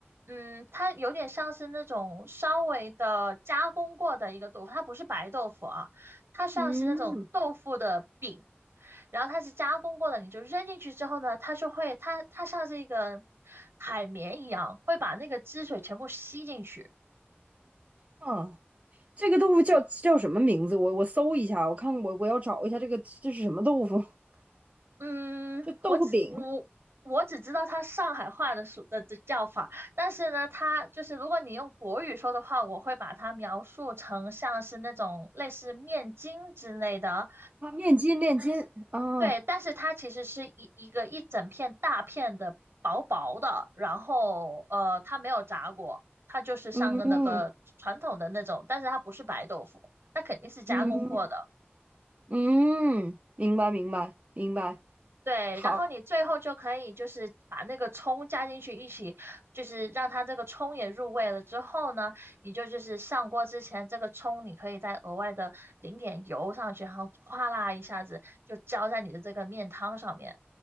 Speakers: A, on the right (about 70°); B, on the right (about 35°).
A: 嗯，它有点像是那种稍微的加工过的一个豆腐，它不是白豆腐啊，它像是那种豆腐的饼。
B: 嗯
A: 然后它是加工过的，你就扔进去之后呢，它就会，它它像是一个海绵一样，会把那个汁水全部吸进去。
B: 啊，这个豆腐叫叫什么名字？我我搜一下，我看我我要找一下这个这是什么豆腐？<laughs>
A: 嗯，
B: 这豆腐饼
A: 我只我我只知道它上海话的说的的叫法，但是呢，它就是如果你用国语说的话，我会把它描述成像是那种类似面筋之类的，
B: 啊，面筋面筋啊，
A: 对，但是它其实是一一个一整片大片的薄薄的，然后呃，它没有炸过，它就是像个那个传统的那种，
B: 嗯嗯
A: 但是它不是白豆腐，它肯定是加工过的。
B: 嗯，嗯明白明白明白，
A: 对，
B: 好
A: 然后你最后就可以就是把那个葱加进去一起，就是让它这个葱也入味了之后呢，你就就是上锅之前，这个葱你可以再额外的淋点油上去，然后哗啦一下子就浇在你的这个面汤上面，